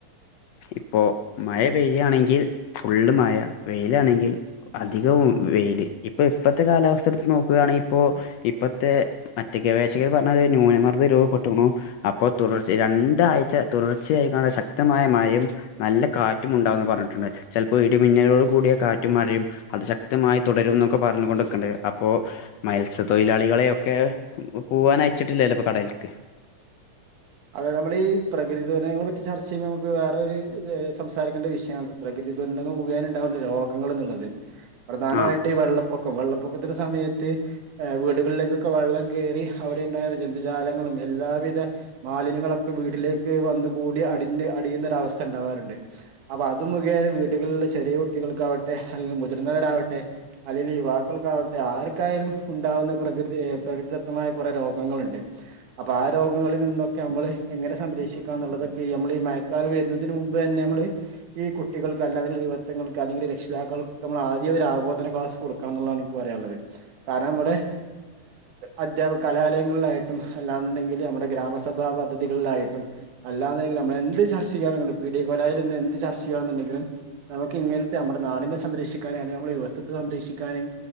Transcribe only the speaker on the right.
അതെ നമ്മളി പ്രകൃദുരന്തങ്ങളെ പറ്റി ചർ ചെയ്യുമ്പോൾ നമക്ക് വേറൊരു സംസാരിക്കേണ്ട വിഷയമാണ് പ്രകൃതി ദുരന്തങ്ങ മുഖേനം ഉണ്ടാവണ്ട രോഗങ്ങളെന്നുള്ളത് പ്രധാനമായിട്ട്
ഈ വെള്ളം പൊക്കം വെള്ളപ്പൊക്കത്തിന്റെ സമയത്ത് വീടുകളിലേക്കൊക്കെ വെള്ളം കേറി അവിടെ ഉണ്ടായിരുന്ന ജന്തുജാലങ്ങളും എല്ലാവിധ മാലിന്യങ്ങളൊക്കെ വീട്ടിലേക്ക് വന്ന് കൂടി അടിഞ്ഞ് അടിയുന്നൊരവസ്ഥ ഉണ്ടാവാറുണ്ട് അപ്പോ അത് മുഖേന വീടുകളിലുള്ള ചെറിയ കുട്ടികൾക്ക് ട്ടെ അല്ലെങ്കിൽ മുതിർന്നവരാവട്ടെ അല്ലെങ്കിൽ യുവാക്കൾക്കാവട്ടെ ആർക്കായാലും ഉണ്ടാവുന്ന പ്രകൃതി പ്രകൃതിദത്തമായ കുറെ രോഗങ്ങളുണ്ട് അപ്പൊ ആ രോഗങ്ങളിൽ നിന്നും ക്കമ്മള് എങ്ങനെ സംരക്ഷിക്കുക എന്നുള്ളതൊക്കെ നമ്മൾ ഈ മയക്കാലം വരുന്നതിന് മുമ്പ് തന്നെ നമ്മള് ഈ കുട്ടികൾക്ക് അല്ലാെ യുവത്വങ്ങൾക്ക് അല്ലെങ്കിൽ രക്ഷിതാക്കൾക്കൊക്കെ നമ്മൾ ആദ്യം ഒരു ആബോധന ക്ലാസ് കൊടുക്കണം എന്നുള്ളതാണ് എനിക്ക് പറയാനുള്ളത് കാരണം നമ്മുടെ അധ്യാപക കലാലയങ്ങളിലായിട്ടും അല്ലാന്നുണ്ടെങ്കിൽ നമ്മുടെ ഗ്രാമ സഭാ പദ്ധതികളിലായിട്ടും അല്ലാെന്നുണ്ടെങ്കിൽ നമ്മളെന്ത് ചർച്ച ചെയ്യണും പിഡിയകലായിൽ നിന്ന് എന്ത് ചർച്ച ചെയ്യയാണെന്നുണ്ടെങ്കിലും നമുക്ക് ഇങ്ങനത്തെ നമ്മുടെ നാടിനെ സംരക്ഷിക്കാനും അല്ലെങ്കിൽ നമ്മുടെ യുവസ്ഥത്തെ സംരക്ഷിക്കാനും